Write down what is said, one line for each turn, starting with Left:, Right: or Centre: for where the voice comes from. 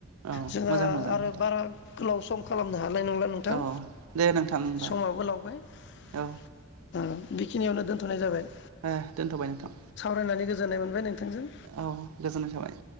Right: औ
Left: जोंहा
Right: मोजां मोजां
Left: आरो
Right: नोंथां
Left: बारा गोलाव सम खालामनो हानाय नंला नोंथां।
Right: औ दे नोंथां होमबा।
Left: समाबो लावबाय ओ
Right: औ
Left: बेखिनियावनो दोनथ'नाय जाबाय।
Right: ओ दोनथ'बाय नोंथां
Left: सावरायनानै गोजोननाय मोनबाय नोंथांजों
Right: औ गोजोननाय थाबाय।